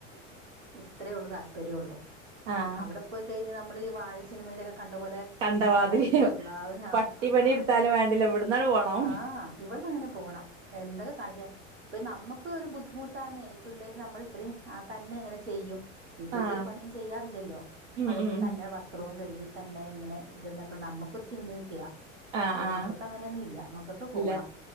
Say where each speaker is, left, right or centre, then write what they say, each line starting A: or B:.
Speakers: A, on the right; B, on the right.
A: ഇത്രെഉള്ളതാനും തരുള്ളൂ
B: ആഹ്
A: അവിടെ പോയി കഴിഞ്ഞ നമ്മള് ഈ വാഴ സിനിമയുടെക്ക കണ്ടപോലെ
B: കണ്ടമാതിരി
A: പാടായിരിക്കും അല്ലാഹു ൻ ആ
B: പട്ടി
A: ആ
B: പണി
A: ആ
B: എടുത്താലും വേണ്ടില്ല ഇവിടന്നാണ്ട് പോണം.
A: ആ ഇവിടന്നങ്ങനെ പോണം എന്തൊക്കെ കാണിച്ച ഇപ്പോരു നമ്മുക്ക് ഒരു ബുദ്ധിമുട്ടാന്ന ഇ പിള്ളേര് നമ്മൾ ഇത്രയും തന്നെ എങ്ങനെ ചെയ്യും വീട്ട വെച്ച
B: ആഹ്
A: ഒരു പണിയും ചെയ്യാറില്ലല്ലോ
B: ഉം
A: അവിടെപ്പ
B: ഉം ഉം
A: തന്നെ വസ്ത്രവും കഴുകി തന്നെ ഇങ്ങനെ ഇതൊക്കെ നമുക്കൊരു ചിന്തയക്കെയാ
B: ആഹ്
A: പെ
B: ആഹ്
A: മക്കൊക്ക അങ്ങനെയൊന്നും ഇല്ല മക്കൊക്ക്െ പോണം
B: ഇല്ല